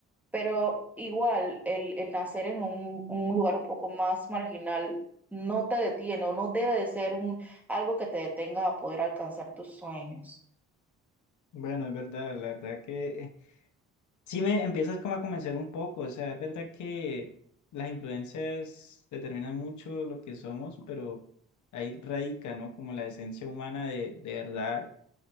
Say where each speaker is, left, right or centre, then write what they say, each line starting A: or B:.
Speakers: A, in the centre; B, on the left (about 75°).
A: pero igual el, el nacer en un, un lugar un poco más marginal no te detiene o no debe de ser un, algo que te detenga a poder alcanzar tus sueños.
B: Bueno, es verdad, la verdad que sí me empiezas como a convencer un poco, o sea, es verdad que las influencias determinan mucho lo que somos, pero ahí radica, ¿no? Como la esencia humana de, de verdad,